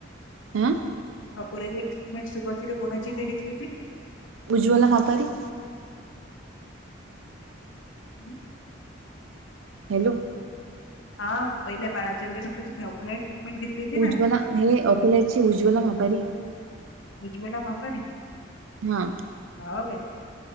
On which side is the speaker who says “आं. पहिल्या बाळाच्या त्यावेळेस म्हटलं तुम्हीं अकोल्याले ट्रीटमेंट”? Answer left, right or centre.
Left